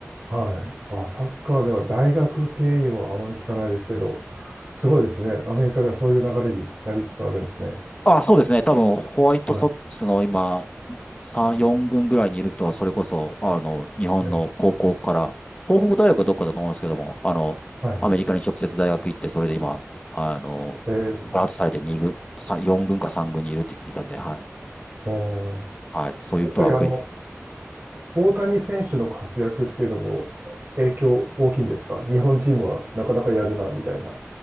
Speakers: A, on the right; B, on the left.
A: はい。あ、サッカーでは大学経由はあまり聞かないですけど、すごいですね。アメリカではそういう流れになりつつあるんですね。
B: あ、そうですね。多分、ホワイトソックスの今、
A: はい。
B: 3、4軍ぐらいにいる人は、それこそ、あの、日本の高校から、
A: はい。
B: 東北大学はどっかだと思いますけども、あの、
A: はい。
B: アメリカに直接大学行って、それで今、あの、
A: えー、
B: プラスされて2軍、さ4軍か3軍にいるって聞いたんで、はい。
A: おー
B: はい。そういう人は増えていく。
A: やっぱりあの、大谷選手の活躍っていうのも影響大きいんですか日本チームはなかなかやるな、みたいな。